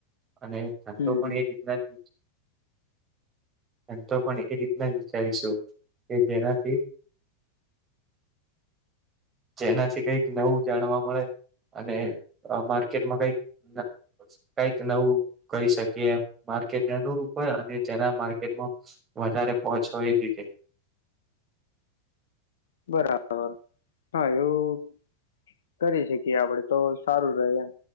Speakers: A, on the right (about 25°); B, on the left (about 65°).
A: અને ધંધો
B: હમ
A: પણ
B: હમ
A: એ રીતના જ ધંધો પણ એ રીતના વિચારીશું કે જેનાથી જેનાથી કઈક નવું જાણવા મળે અને માર્કેટમાં અ કઈક ન કઈક નવું કરી શકીએ એમ માર્કેટને અનુરૂપ હોય અને જેના માર્કેટમ વધારે પહોચ હોય એ રીતે
B: બરાબર હા એવું કરી શકીએ આપડે તો સારું રેય એમ